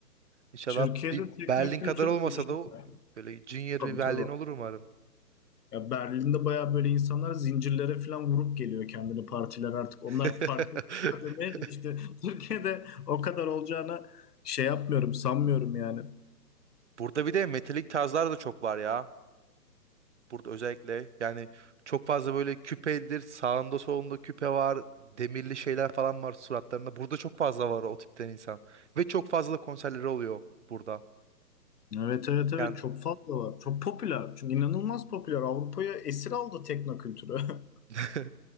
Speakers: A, on the right; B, on the left.
A: İnşallah
B: Türkiye'de
A: bir
B: teknokültür
A: Berlin kadar olmasa
B: gelişti.
A: da o- böyle junior
B: Tabii
A: bir Berlin
B: tabii.
A: olur umarım.
B: Ya Berlin'de bayağı böyle insanlar zincirlere falan vurup geliyor kendini partiler artık. Onlar
A: <laughs>
B: farklı kademeye geçti. <laughs> Türkiye'de o kadar olacağını şey yapmıyorum, sanmıyorum yani.
A: Burada bir de metalik tarzlar da çok var ya. Burada özellikle yani çok fazla böyle küpelidir. Sağında solunda küpe var. Demirli şeyler falan var suratlarında. Burada çok fazla var o tipten insan. Ve çok fazla da konserleri oluyor burada.
B: Evet evet evet
A: Yani
B: çok fazla var. Çok popüler. Çünkü inanılmaz popüler. Avrupa'ya esir aldı teknokültürü. <laughs>
A: <laughs>